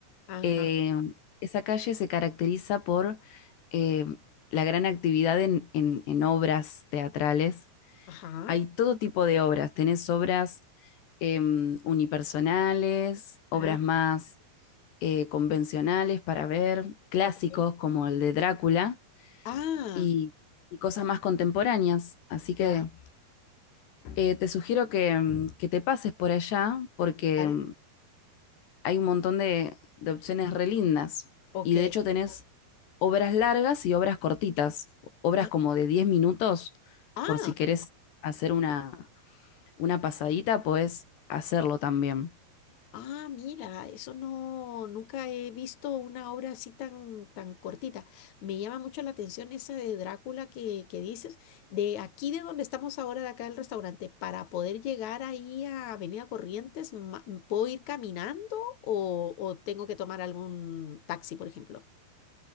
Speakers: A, on the left; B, on the left.
A: ajá,
B: Eh, esa calle se caracteriza por eh, la gran actividad en, en- en obras teatrales.
A: ajá,
B: Hay todo tipo de obras. Tenés obras em, unipersonales, obras
A: ajá,
B: más eh, convencionales para ver, clásicos
A: ok.
B: como el de Drácula
A: Ah,
B: y, y cosas más contemporáneas. Así que
A: Ya,
B: eh, te sugiero que, mm, que te pases por allá porque
A: vale,
B: mm, hay un montón de, de opciones re lindas.
A: ok.
B: Y de hecho tenés obras largas y obras cortitas, obras
A: ah,
B: como de 10 minutos,
A: ah,
B: por si querés hacer una, una pasadita, podés hacerlo también.
A: ah, mira, eso no, nunca he visto una obra así tan, tan cortita. Me llama mucho la atención esa de Drácula que, que dices. De aquí de donde estamos ahora, de acá del restaurante, para poder llegar ahí a Avenida Corrientes, ma- ¿puedo ir caminando o, o tengo que tomar algún taxi, por ejemplo?